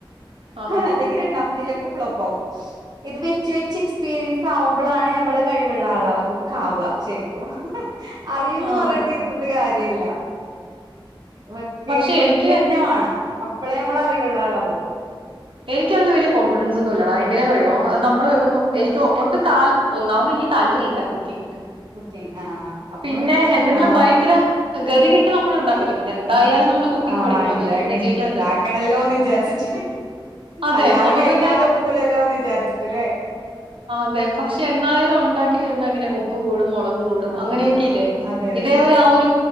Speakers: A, on the right (about 75°); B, on the right (about 50°).
A: ആഹാ
B: അല്ലെങ്കിൽ രണ്ടാമത്തിയിലൊക്കെ ഫ്ലോപ്പാവും. ഇത് വെച്ച് വെച്ച് എക്സ്പീരിയൻസ് ആവുമ്പേളാണ് ഞമ്മള് കഴിവുള്ള ആളാവുക കുക്കാവാ. ശരിക്കും അറിയൂന്ന്
A: ആഹ്
B: പറഞ്ഞിട്ട് ഇരുന്നിട്ട് കാര്യല്ല. വെക്കേ
A: പക്ഷെ
B: വെക്കേന്നെവാണം.
A: എനിക്ക്
B: അപ്പളേ നമ്മൾ അറിവുള്ള ആളാവൊള്ളൂ.
A: എനിക്ക് അതില് വെല്യാ കോൺഫിഡൻസ് ഒന്നും ഇല്ലടാ. എങ്ങനെയാെന്നറിയുമോ നമ്മള്. ഒന്നും എനിക്ക് ഓട്ടും താൽ ഒന്നാമത് എനിക്ക് താല്പര്യമില്ല കുക്കിങ്.
B: കുക്കിങ് ആ അപ്പൊ
A: പിന്നെ എന്തെങ്കിലും
B: ആ
A: ഭയങ്കര ഗതി കെട്ട് നമ്മള് ഉണ്ടാക്കല്ലേ പിന്നെ എന്തായാലും
B: ഉം
A: നമ്മൾ കുക്കിംഗ്
B: ആ
A: പഠിക്കണമല്ലോ
B: ഇണ്ടാക്കണല്ലോന്ന്
A: പിന്നെ ജീവിക്കാൻ പറ്റില്ലല്ലോ
B: വിചാരിച്ചിട്ട്.
A: അതെ
B: അല്ലാതെ
A: അപ്പൊ
B: കഴിക്കനൊക്കൂല്ലോന്ന്
A: പിന്നെ
B: വിചാരിച്ചിട്ടല്ലേ.
A: അതെ പക്ഷെ എന്നായാലും ഒണ്ടാക്കി വെരുമ്പോ എങ്ങനെ ഓ ഉപ്പ് കൂടും, മുളക് കൂടും
B: ആ
A: അങ്ങനെയൊക്കെയില്ലേ.
B: അതെ അതെ
A: ഇതേവെരെ ആ ഒരു